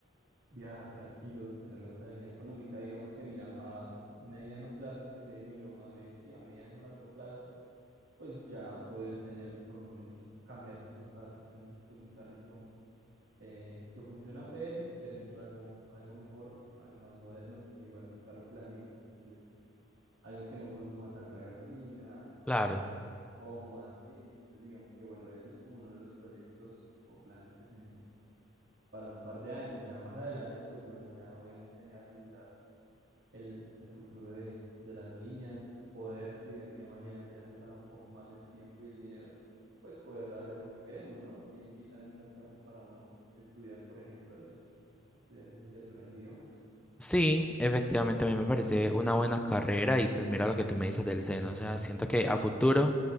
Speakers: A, on the right; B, in the centre.
A: viajar tranquilos, tener la estabilidad económica. Digamos que, mira, a mediano plazo, que te digo yo? A me- sí, a mediano largo plazo, pues ya poder tener por lo menos cambiar nuestro carro. Tenemos pues un carrito eh, que funciona, pero queremos algo, algo mejor, algo más moderno, porque igual es un carro <laughs> clásico, entonces algo que no consuma tanta gasolina, algo donde
B: Claro.
A: las niñas estén cómodas, ¿sí? Entonces digamos que bueno, ese es como uno de los proyectos o planes que tenemos para un par de años. Ya más adelante, pues bueno, ya obviamente asegurar el, el futuro de, de las niñas, poder, si de aquí a mañana ya nos da un poco más el tiempo y el dinero, pues poder hacer lo que queremos, ¿no? Quien quita nunca es tarde para uno estudiar, por ejemplo, eso, estudiar licenciatura en idiomas.
B: Sí, efectivamente a mí me parece una buena carrera y pues mira lo que tú me dices del seno, o sea, siento que a futuro